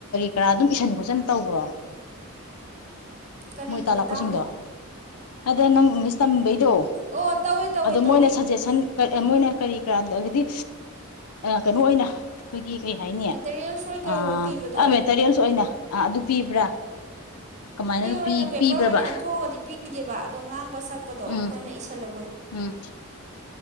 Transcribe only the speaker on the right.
ꯀꯔꯤꯒꯤ
ꯃꯇꯥꯡꯅꯣ
ꯑꯣ ꯇꯧꯋꯦ ꯇꯧꯋꯦ
ꯇꯧꯋꯦ
ꯎꯝ
ꯃꯦꯇꯔꯤꯌꯦꯜꯁ ꯑꯣꯏ ꯀꯩ
ꯑꯣꯏ ꯄꯤꯕꯗꯣ
ꯍꯣꯏ ꯑꯣꯏꯅ ꯄꯦꯄꯔ
ꯑꯣꯏꯅ ꯅꯝꯊꯣꯛꯑꯒꯗꯤ ꯄꯤꯗꯦꯕ ꯑꯗꯣ ꯉꯥꯡꯕꯁ ꯁꯛꯄꯗꯣ
ꯑꯩꯈꯣꯏꯅ ꯏꯁꯜꯍ